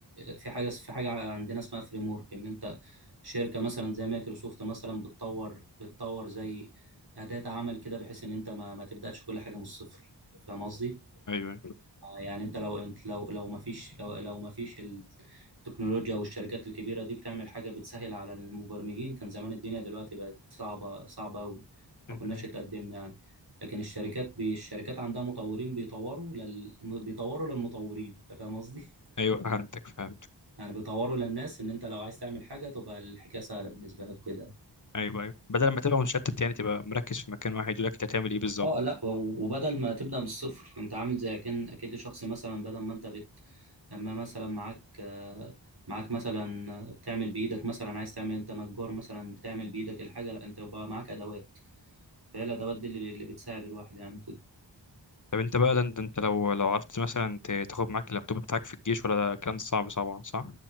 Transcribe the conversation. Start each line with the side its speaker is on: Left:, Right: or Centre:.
Right: في حاجه في حاجه عندنا اسمها فريم ورك ان انت شركه مثلا زي مايكروسوفت مثلا بتطور بتطور زي اداه عمل كده بحيث ان انت ما, ما تبداش كل حاجه من الصفر فاهم قصدي؟
Left: ايوه ايوه
Right: آه، يعني انت لو انت لو لو ما فيش لو لو ما فيش التكنولوجيا والشركات الكبيره دي بتعمل حاجه بتسهل على المبرمجين كان زمان الدنيا دلوقتي بقت صعبه صعبه قوي
Left: ايوه
Right: ما كناش اتقدمنا يعني لكن الشركات بي الشركات عندها مطورين بيطوروا لل بيطوروا للمطورين انت فاهم قصدي
Left: ايوه فهمتك فهمتك
Right: <laughs> يعني بيطوروا للناس ان انت لو عايز تعمل حاجه تبقى الحكايه سهله بالنسبه لك كده
Left: ايوه ايوه بدل ما تبقى مشتت يعني تبقى مركز في مكان واحد يقول لك انت هتعمل ايه بالظبط
Right: اه لا و- وبدل ما تبدا من الصفر انت عامل زي اكن اكيد شخص مثلا بدل ما انت بت اما مثلا معاك آه، معاك مثلا آه، بتعمل بايدك مثلا عايز تعمل انت نجار مثلا بتعمل بايدك الحاجه لا انت يبقى معاك ادوات فهي الادوات دي اللي اللي بتساعد الواحد يعني كده
Left: طب انت بقى ده انت انت لو لو عرفت مثلا ت- تاخد معاك اللابتوب بتاعك في الجيش ولا ده الكلام ده صعب صعب صح؟